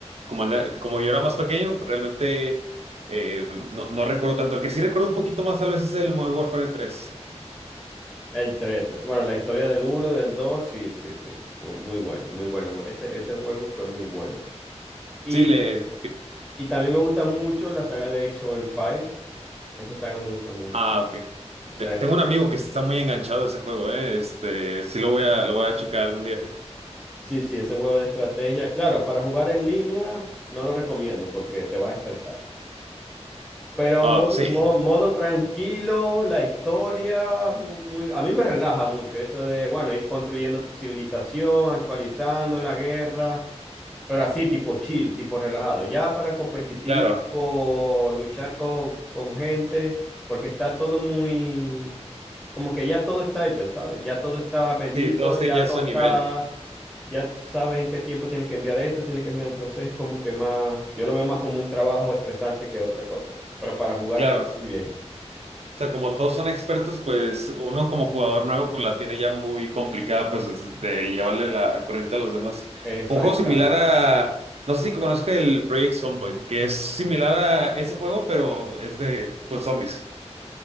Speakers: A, on the right; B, in the centre.
A: como, era- como yo era más pequeño, realmente eh, no, no recuerdo tanto. El que sí recuerdo un poquito más tal vez es el Modern Warfare tres
B: El tres bueno, la historia del uno del 2 sí, sí, sí. Muy, muy bueno, muy bueno. Ese, ese juego fue muy bueno. Y,
A: Sí, le...
B: y también me gusta mucho la saga de Age of Empires. Esa saga me gusta mucho.
A: Ah, ok.
B: esa
A: Te-
B: es
A: tengo un amigo que está muy enganchado a ese juego, eh. Este, sí lo voy a, lo voy a checar algún día.
B: Sí, sí, ese juego de estrategia. Claro, para jugar en línea no lo recomiendo porque te vas a estresar. Pero
A: Ah,
B: modo,
A: sí,
B: mo- modo tranquilo, la historia, mu- muy, a mí me relaja mucho eso de, bueno, ir construyendo tu civilización, actualizando la guerra, pero así tipo chill, tipo relajado. Ya para competitivo,
A: <laughs> claro.
B: luchar con, con gente, porque está todo muy, como que ya todo está hecho, ¿sabes? Ya todo está medido,
A: Sí, todos tienen
B: ya
A: ya
B: todo
A: su
B: está
A: nivel.
B: ya sabes en qué tiempo tienes que enviar esto, tienes que enviar, entonces es como que más, yo lo veo más como un trabajo estresante que otra cosa, pero para jugar
A: Claro,
B: está muy bien.
A: O sea, como todos son expertos, pues uno como jugador nuevo pues la tiene ya muy complicada pues es- de llevarle la corriente a los demás.
B: Exactamente.
A: Un juego similar a, no sé si conozco el Project Zomboid, que es similar a ese juego, pero es de pues zombies.